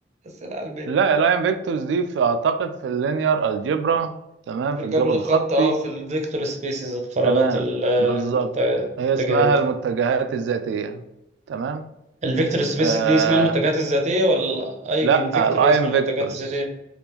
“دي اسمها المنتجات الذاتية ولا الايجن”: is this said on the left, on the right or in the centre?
Right